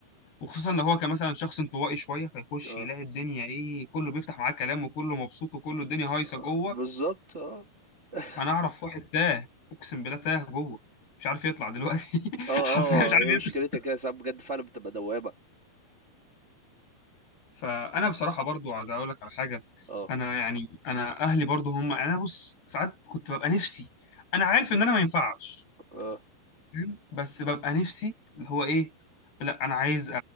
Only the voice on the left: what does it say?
وخصوصا لو هو كان مثلا شخص انطوائي شويه فيخش
يلاقي الدنيا ايه كله بيفتح معاه كلام وكله مبسوط وكله الدنيا هايصه
جوه
انا اعرف واحد تاه اقسم بالله تاه جوه مش عارف يطلع دلوقتي <laughs>
حرفيا مش عارف
يطلع
فانا بصراحه برضو عايز اقول لك على حاجه
انا يعني انا اهلي برضو هم انا بص ساعات كنت ببقى نفسي انا عارف ان انا ما ينفعش
فاهم بس ببقى نفسي اللي هو ايه لا انا عايز آه